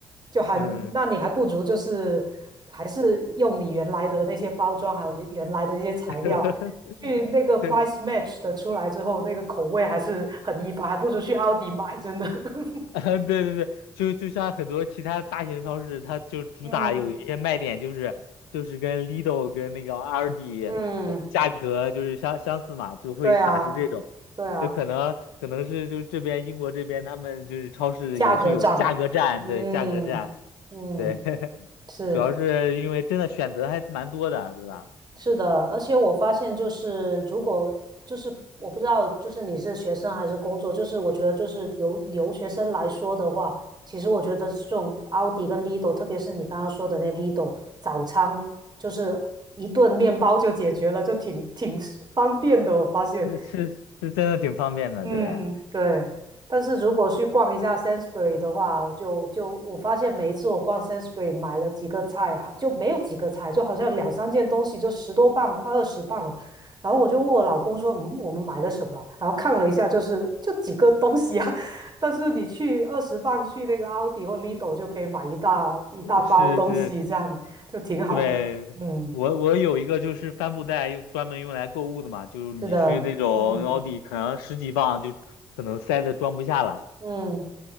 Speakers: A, on the right; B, on the left.
A: 就还，
B: 嗯，
A: 那你还不如就是，还是用你原来的那些包装，还有原原来的那些材料，
B: <laughs>
A: 去那个
B: 对，
A: price match 的出来之后，那个口味还是很一般，还不如去奥迪买，真的。<laughs>
B: 啊，<laughs> 对对对，就就像很多其他大型超市，它就主打有一些卖点，
A: 嗯
B: 就是就是跟 Lidl 跟那个 Aldi，
A: 嗯，
B: 呃，价格就是相相似嘛，就会打出这种，
A: 对啊，对啊，
B: 就可能可能是就这边英国这边他们就是超市也是有价格战，
A: 价格战，嗯嗯，
B: 对价格战，对，<laughs>
A: 是。
B: 主要是因为真的选择还蛮多的，对吧？
A: 是的，而且我发现就是，如果就是我不知道，就是你是学生还是工作，就是我觉得就是留留学生来说的话，其实我觉得这种奥迪跟 Lidl，特别是你刚刚说的那 Lidl 早餐，就是一顿面包就解决了，就挺挺方便的。我发现，
B: 那是是真的挺方便的，
A: 嗯，
B: 对，
A: 对。但是如果去逛一下 Sainsbury 的话，就就我发现每一次我逛 Sainsbury 买了几个菜，哈就没有几个菜，就好像两三件东西就十多磅，快二十磅了。然后我就问我老公说：“嗯，我们买了什么？”然后看了一下，就是就几个东西啊。<laughs> 但是你去二十磅去那个奥迪或 Lidl 就可以买一大一大包东西，
B: 是是
A: 这样就挺好的。
B: 对，
A: 嗯，
B: 我我有一个就是帆布袋，用专门用来购物的嘛，就是你去那种奥迪，
A: 是的，嗯
B: 可能十几磅就可能塞的装不下了。
A: 嗯。